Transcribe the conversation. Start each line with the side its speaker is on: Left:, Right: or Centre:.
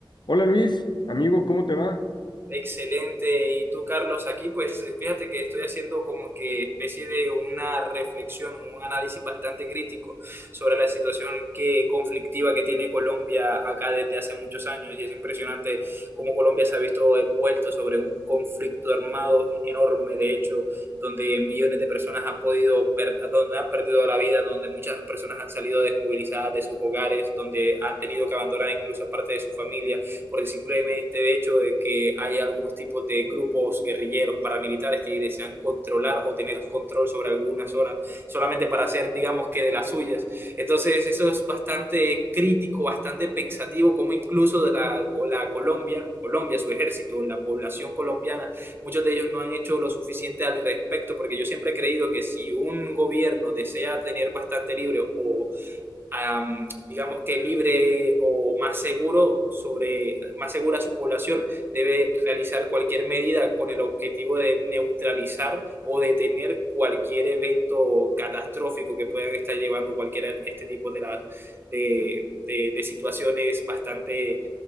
Left: Hola Luis, amigo, ¿cómo te va?
Right: Excelente. Y tú, Carlos, aquí pues fíjate que estoy haciendo como que especie de una reflexión, un análisis bastante crítico sobre la situación que conflictiva que tiene Colombia acá desde hace muchos años. Y es impresionante cómo Colombia se ha visto envuelto sobre un conflicto armado enorme, de hecho, donde millones de personas han podido, per- donde han perdido la vida, donde muchas personas han salido desmovilizadas de sus hogares, donde han tenido que abandonar incluso parte de su familia por el simplemente hecho de que hay algunos tipos de grupos guerrilleros paramilitares que desean controlar o tener control sobre alguna zona solamente para hacer, digamos que de las suyas. Entonces eso es bastante crítico, bastante pensativo, como incluso de la, la Colombia, Colombia, su ejército, la población colombiana, muchos de ellos no han hecho lo suficiente al respecto, porque yo siempre he creído que si un gobierno desea tener bastante libre o am, digamos que libre o más seguro sobre, más segura su población, debe realizar cualquier medida con el objetivo de neutralizar o detener cualquier evento catastrófico que puedan estar llevando cualquiera de este tipo de, las de, de- de situaciones bastante,